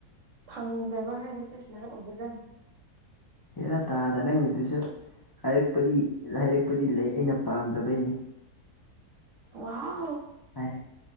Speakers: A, on the right (about 60°); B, on the left (about 30°).
A: ꯐꯪꯗ꯭ꯔꯕ ꯍꯥꯏꯕꯁꯦ ꯁꯨꯃꯥꯏ ꯑꯣꯏꯕꯖꯥꯠꯅꯤ
B: ꯍꯦꯔꯥ ꯇꯥꯗ ꯅꯪꯒꯤꯗꯨꯁꯨ ꯍꯥꯏꯔꯛꯄꯗꯤ ꯍꯥꯏꯔꯛꯄꯗꯤ ꯂꯩ ꯑꯩꯅ ꯄꯥꯝꯗꯕꯩꯅꯤ
A: ꯋꯥꯎ
B: ꯍꯥꯏꯔꯦ